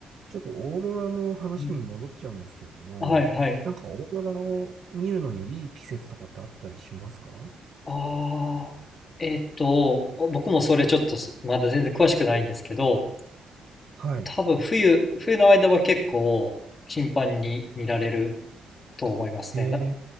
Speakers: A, on the right; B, on the left.
A: ちょっとオーロラの話に戻っちゃうんですけれども、
B: うん。はい、はい。
A: なんかオーロラを見るのにいい季節とかってあったりしますか
B: ああ、えっと、僕もそれちょっとすまだ全然詳しくないんですけど、
A: はい。
B: 多分冬、冬の間は結構頻繁に見られると思いますね。
A: え
B: な、